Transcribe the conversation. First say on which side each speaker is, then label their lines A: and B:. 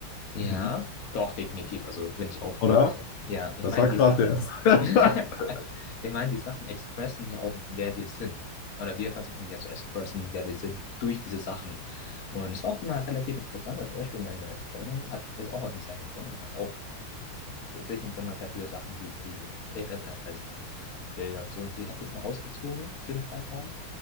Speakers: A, on the left; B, on the left.
A: Ja,
B: Mhm.
A: doch, definitiv. Also bin ich auch für.
B: Oder?
A: Ja, ich
B: Das
A: meine,
B: war
A: die
B: krass
A: Sachen,
B: jetzt.
A: <laughs> ich
B: <laughs>
A: meine, die Sachen expressen ja auch, wer wir sind. Oder wir versuchen ja zu expressen, wer wir sind, durch diese Sachen. Und es war auch immer relativ interessant, weil zum Beispiel meine Freundin hat, ist auch aus dem Design gekommen und hat auch bei sich im Zimmer sehr viele Sachen, die sie, ihre Interessen, Bilder und so. Und sie hat, ist mal ausgezogen für einen Zeitraum